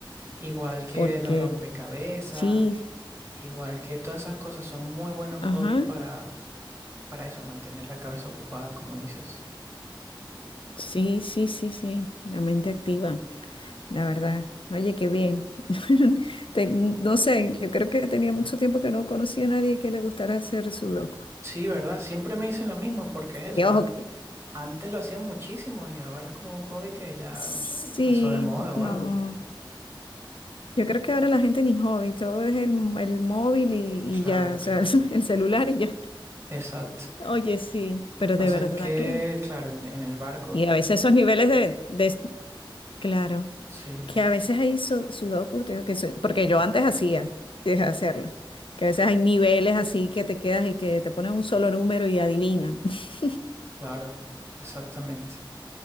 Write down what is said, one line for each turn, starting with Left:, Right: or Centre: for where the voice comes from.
Right: Igual que
Left: Porque
Right: los rompecabezas,
Left: sí,
Right: igual que todas esas cosas son muy buenos
Left: ajá,
Right: hobbies para, para eso, mantener la cabeza ocupada, como dices.
Left: sí, sí, sí, sí, la mente activa. La verdad. Oye, qué bien. <laughs> Te- no sé, yo creo que tenía mucho tiempo que no conocía a nadie que le gustara hacer sudoku.
Right: Sí, ¿verdad? Siempre me dicen lo mismo, porque es eso.
Left: Y ojo,
Right: an-
Left: que-
Right: Antes lo hacía muchísimo y ahora es como un hobby que ya,
Left: sí,
Right: no sé, pasó de moda
Left: no.
Right: o algo.
Left: Yo creo que ahora la gente ni hobby, todo es el, el móvil y,
Right: Claro,
Left: y ya, o
Right: claro.
Left: sea, <laughs> el celular y ya.
Right: Exacto.
Left: Oye, sí, pero
Right: Pasa
Left: de verdad
Right: es que,
Left: que...
Right: claro, en, en el barco,
Left: Y a veces esos niveles de, de Claro,
Right: sí,
Left: que a veces hay su- sudokus, te digo que su- porque yo antes hacía y dejé de hacerlo, que a veces hay niveles así que te quedas y que te ponen un solo número y adivina. <laughs>
Right: claro, exactamente.